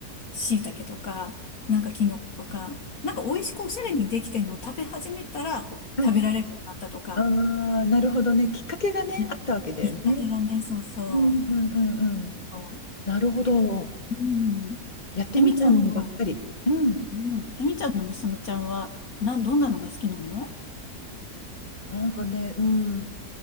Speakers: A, on the left; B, on the left.
A: 椎茸とか、なんかキノコとか、なんか美味しくおしゃれにできてんのを食べ始めたらお食べられるようになったとか、
B: はいああ、なるほどね。きっかけがね、
A: うんきっかけがね、
B: あったわけだよね。
A: そうそう。
B: うんうんうんうん。
A: そう
B: なるほど。
A: えうん。
B: やってみたいものばっかり。
A: えみちゃんの、
B: うん。
A: うん。えみちゃんの娘ちゃんは、な、どんなのが好きなの
B: なんかね、うん。